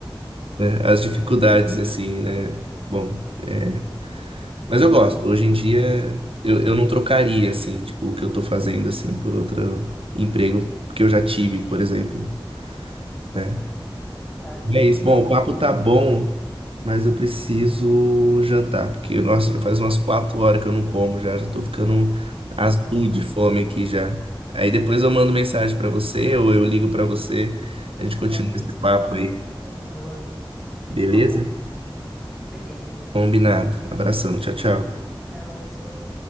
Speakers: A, on the right; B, in the centre.
A: né? As dificuldades, assim, né? Bom, é...
B: ruim,
A: mas eu gosto. Hoje em dia, eu, eu não trocaria, assim, tipo, o que eu tô fazendo, assim, por outro emprego que eu já tive, por exemplo, né?
B: tá?
A: E É isso.
B: no
A: Bom,
B: tá.
A: o papo tá bom, mas eu preciso jantar, porque, nossa, já faz umas quatro horas que eu não como já, já tô ficando
B: Ah,
A: azul
B: vai lá.
A: de fome aqui já. Aí depois eu mando mensagem pra você ou eu ligo pra você, a gente continua
B: Pronto, aí
A: esse
B: a gente
A: papo
B: bate um
A: aí,
B: papo e continua. Continua
A: beleza?
B: a conversa. Beleza.
A: Combinado. Abração, tchau, tchau.
B: E tchau, Hudson.